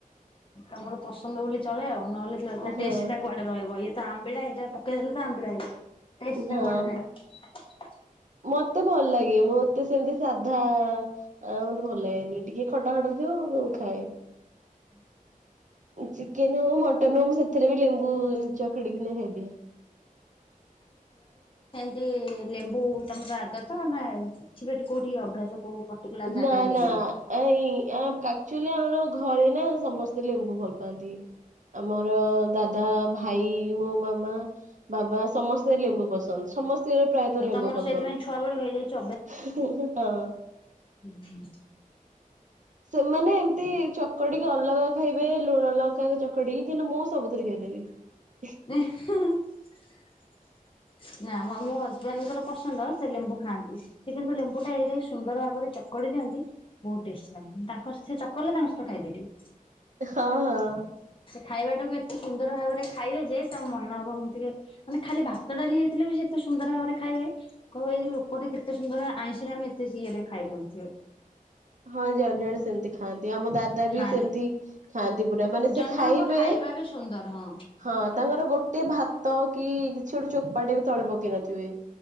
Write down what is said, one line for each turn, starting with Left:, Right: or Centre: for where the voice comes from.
Left: ତମର ପସନ୍ଦ ବୋଲି ଚଳେ ଆଉ। ନହଲେ ତା
Right: ହଁ
Left: ଟେଷ୍ଟ ଟା କୁଆଡେ ରହିବ। ଇଏତ ଆମ୍ବିଳା ଏଟା ପକେଇ ଦେଲ ତ ଆମ୍ବିଳା ହେଇ ଟେଷ୍ଟଟା
Right: ହଁ
Left: କୁଆଡ଼େ ଥାଏ?
Right: ମତେ ଭଲ ଲାଗେ ମତେ ସେମିତି ସାଧା ଆ ମତେ ଭଲ ଲାଗେନି ଟିକେ ଖଟା ଖଟ <unintelligible> ଖାଏ ଚିକେନ ହଉ। ମଟନ ହଉ। ମୁଁ ସେ ଥିରେ ବି ଲେମ୍ବୁ ଚକଡ଼ି କିି ନା ଖାଇଦିଏ।
Left: ତେ ଲେମ୍ବୁ ତମର ଆଦତ ନା ଛି ବି ହେଟି କୋଉଠି ଅଭ୍ୟାସ କୋଉ ପର୍ଟିକୁଲାର
Right: <unintelligible>
Left: ଜାଗାରେ
Right: ନାଁ ନାଁ
Left: ହେଇଗଲା।
Right: ଏଇ ୟା କା ଚୁଲି ଆମର ଘରେ ନା ସମସ୍ତେ ଲେମ୍ବୁ ଭଲ ପାଆନ୍ତି। ଆମର ଦାଦା ଭାଇ ମୋ ମାମା ବାବା ସମସ୍ତେ ଲେମ୍ବୁ ପସନ୍ଦ ସମସ୍ତ ସିଏ ପ୍ରାୟତଃ
Left: ତ
Right: ଲେମ୍ବୁ
Left: ତମର
Right: ପସନ୍ଦ
Left: ସେଇଥିପାଇଁ ଛୁଆ ବେଳୁ ହେଇଯାଇଛି
Right: <unintelligible> ହଁ।
Left: ହୁଁ।
Right: ସେମାନେ ଏମିତି ଚକଡିକି ଅଲଗା ଖାଇବେ। ଲୁଣ ଲଙ୍କାରେ ଚକଡିିକି କିନ୍ତୁ ମୁଁ ସବୁଥିରେ ଖାଇ ଦେବି।
Left: <unintelligible> ଆମ ମୋ ହଜବେଣ୍ଡଙ୍କର ପସନ୍ଦ ସେ ଲେମ୍ବୁ ଖାନ୍ତି। ସେ କିନ୍ତୁ ଲେମ୍ବୁଟା ଏଡେ ସୁନ୍ଦର ଭାବରେ ଚକଡି ଦିଅଁ ନ୍ତି ବୋହୁତ ଟେଷ୍ଟ ଲାଗେ ତାଙ୍କ ସେ ଚକଡିଲେ ତାଙ୍କ ସହିତ ଖାଇଦିଏ ଟିକେ।
Right: ହଁ ହଁ।
Left: ଖାଇବାଟାକୁ ଏତେ ସୁନ୍ଦର ଭାବରେ ଖାଇବେ ଯେ ତମ ମନ ହବ ମୁଁ ଟିକେ ମାନେ ଖାଲି ଭାତ ଡାଲି ହେଇଥିଲେ ବି ସେ ଏତେ ସୁ ନ୍ଦର ଭାବରେ ଖାଇବେ କହିବ ଏଇ ଲୋକଟେ କେତେ ସୁନ୍ଦର ଆଇଁଷରେ ଆମେ ଏତେ ସି ଏରେ ଖାଇବ ନଥିବେ।
Right: ହଁ ଜଣେ ଜଣେ ସେମିତି ଖାଆନ୍ତି ଆମ ଦାଦା
Left: ଖାଆନ୍ତି
Right: ବି ସେମିତି ଖାଆନ୍ତି ପୁରା ମାନେ ସେ
Left: ଜଣ
Right: ଖାଇବେ
Left: ଜଣଙ୍କ ଖାଇବା ବି ସୁନ୍ଦର ହଁ
Right: ହଁ ତାଙ୍କର ଗୋଟେ ଭାତ କି କିଛି ଗୋଟେ ଚୋପାଟେ ବି ତଳେ ପକେଇ ନଥିବେ।